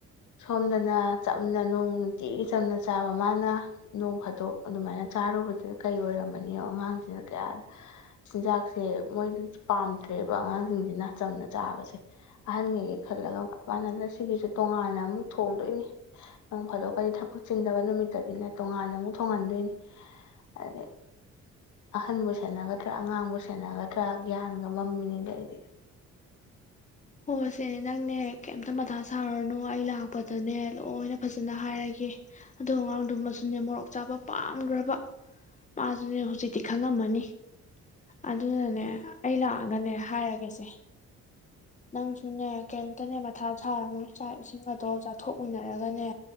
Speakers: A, on the left (about 75°); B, on the left (about 25°).
A: ꯁꯣꯝꯗꯅ ꯆꯝꯅ ꯅꯣꯡ ꯅꯨꯡꯇꯤꯒꯤ ꯆꯝꯅ ꯆꯥꯕ ꯃꯥꯅ ꯅꯣꯡ ꯐꯥꯗꯣꯛ ꯑꯗꯨꯃꯥꯏꯅ ꯆꯥꯔꯨꯕꯗꯨꯗ ꯀꯩ ꯑꯣꯏꯔꯝꯃꯅꯤꯣ ꯑꯉꯥꯡꯁꯤꯅ ꯀꯌꯥꯗ ꯆꯤꯟꯖꯥꯛꯁꯦ ꯃꯣꯏꯗ ꯄꯥꯝꯗ꯭ꯔꯦꯕ ꯑꯉꯥꯡꯁꯤꯡꯁꯤꯅ ꯆꯝꯅ ꯆꯥꯕꯁꯦ ꯑꯍꯟꯉꯩꯒꯤ ꯈꯜꯂꯒ ꯃꯥꯅ ꯁꯤꯒꯤꯁꯨ ꯇꯣꯉꯥꯟꯅ ꯑꯃꯨꯛ ꯊꯣꯡꯗꯣꯏꯅꯤ ꯅꯪ ꯐꯥꯗꯣꯛꯀꯗꯤ ꯊꯕꯛ ꯆꯤꯟꯗꯕ ꯅꯨꯃꯤꯠꯇꯗꯤꯅꯦ ꯇꯣꯉꯥꯟꯅ ꯑꯃꯨꯛ ꯊꯣꯡꯍꯟꯗꯣꯏꯅꯤ ꯑꯗꯩ ꯑꯍꯟꯕꯨ ꯁꯦꯟꯅꯒꯗ꯭ꯔꯥ ꯑꯉꯥꯡꯕꯨ ꯁꯦꯟꯅꯒꯗ꯭ꯔꯥ ꯒ꯭ꯌꯥꯟꯒ ꯃꯝꯃꯤꯅꯤꯗꯤ ꯑꯩꯗꯤ
B: ꯍꯣꯏꯁꯦ ꯅꯪꯅꯦ ꯀꯩꯝꯇ ꯃꯊꯥ ꯁꯥꯔꯅꯨ ꯑꯩ ꯂꯥꯛꯄꯗꯅꯦ ꯂꯣꯏꯅ ꯐꯖꯅ ꯍꯥꯏꯔꯒꯦ ꯑꯗꯣ ꯑꯉꯥꯡꯗꯨꯃꯁꯨꯅꯦ ꯃꯣꯔꯣꯛ ꯆꯥꯕ ꯄꯥꯝꯈ꯭ꯔꯕ ꯃꯥꯁꯨ ꯑꯗꯨꯅꯦ ꯍꯧꯖꯤꯛꯇꯤ ꯈꯪꯉꯝꯃꯅꯤ ꯑꯗꯨꯅꯅꯦ ꯑꯩ ꯂꯥꯛꯑꯒꯅꯦ ꯍꯥꯏꯔꯒꯦꯁꯦ ꯅꯪꯁꯨꯅꯦ ꯀꯔꯤꯝꯇꯅꯦ ꯃꯊꯥ ꯁꯥꯔꯅꯨ ꯆꯥꯛ ꯏꯁꯤꯡ ꯑꯗꯣ ꯆꯥꯊꯣꯛꯃꯤꯟꯅꯔꯒꯅꯦ